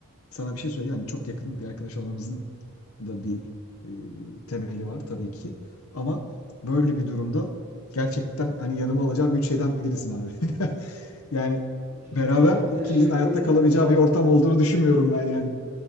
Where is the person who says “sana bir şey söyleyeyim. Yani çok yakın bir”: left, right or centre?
Left